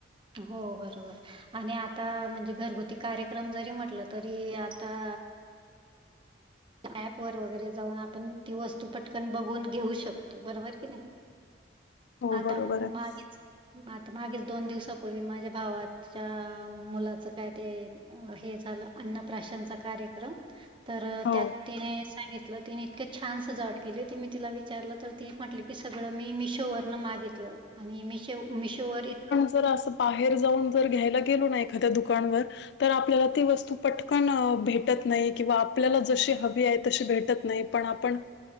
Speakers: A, on the right; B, on the left.
A: हो बरोबर. आणि आता म्हणजे, घरगुती कार्यक्रम जरी म्हटलं तरी आता ऍप वर वगैरे जाऊन, आपण ती वस्तू पटकन बघून घेऊ शकतो, बरोबर कि नाही?
B: हो
A: आता
B: बरोबर आहे.
A: मागेच आता मागेच दोन दिवसाांपूर्वी माझ्या भावात च्या मुलाच, काय ते हे झालं, अन्नप्राशांचा कार्यक्रम. तर
B: हो.
A: त्यात तिने सांगितलं, तिने इतकं छान सजावट केली होती, मी तिला विचारलं तर ती म्हटली की सगळं मी मिशोवरन मागितलं, आणि मि मिशोवर इतकं
B: तर अस बाहेर जाऊन घ्यायला गेलो ना एखाद्या दुकानवर, तर आपल्याला ती वस्तू प आपण भेटत नाही, किंवा आपल्याला जशी हवी आहे, तशी भेटत नाही. पण आपण